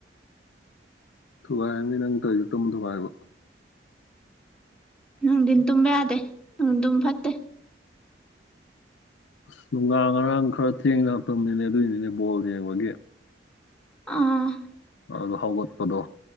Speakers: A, on the left (about 80°); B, in the centre.
A: ꯊꯨꯕꯥꯥꯏ ꯃꯤꯃꯤ ꯅꯇꯔꯁꯨꯛꯇ ꯃ ꯊꯕꯥꯔꯒ
B: ꯅꯨꯡꯗꯤꯤꯟ ꯇꯨꯝꯕ ꯌꯥꯗꯦ ꯅꯅꯨꯡ ꯇꯨꯝ ꯐꯠꯇꯦ
A: ꯑꯁ ꯅꯨꯡꯗꯥꯡ ꯉꯔꯥꯡ ꯈꯔ ꯊꯦꯡꯅꯔ ꯃꯇꯝꯅꯤꯅꯦ ꯑꯗꯨꯏꯅꯤꯅꯦ ꯕꯣꯜ ꯌꯦꯡꯕꯒꯤ
B: ꯑꯥ
A: ꯑ ꯑꯗꯨ ꯍꯒꯠꯄꯗꯣ